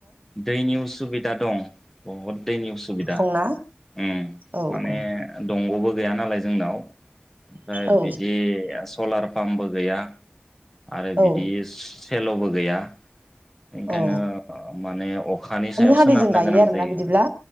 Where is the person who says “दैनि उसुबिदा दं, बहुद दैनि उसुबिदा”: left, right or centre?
Centre